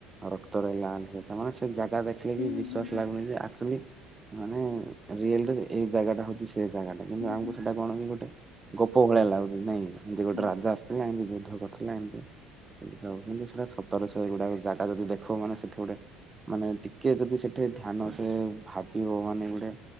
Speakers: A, on the right (about 25°); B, on the left (about 70°).
A: ରକ୍ତ ରହିଲାଯାଇଥିଲା ମାନେ ସେ ଯା ା ଦେଖିଲେ ବି
B: ହୁଁ
A: ବିଶ୍ଵାସ
B: ହୁଁ ହୁଁ
A: ଲାଗୁନି ଯେଚୁ ମାନେ ରିଲ ଏଇ ଜାଗା ଟା ହଉଛି। ସେ ଜାଗାଟା କିନ୍ତୁ ଆମକୁ
B: ହୁଁ।
A: ସେଇଟା କଣ କି ଗୋଟେ ଗୋପ ଭଳିଆ ଲାଗୁଛି ନାଇଁ। ଏମିତି
B: ହୁଁ
A: ଗୋଟେ
B: ହୁଁ ହୁଁ
A: ରାଜା ଆସିଥିଲା ଏମିତି ଯୁଦ୍ଧ କରିଥିଲା ଏମିତି। ସେଇ କିନ୍ତୁ ସେଟା ସତର ଶହ ଏଗୁଡା ଜାଗା ଯଦି ଦେଖ ମାନେ ସେଠି ଗୋଟେ ମାନେ ଟିକେ ଯଦି ସେଠି ଧ୍ୟାନ ସେ ଭାବିବ ମାନେ ଗୋଟେ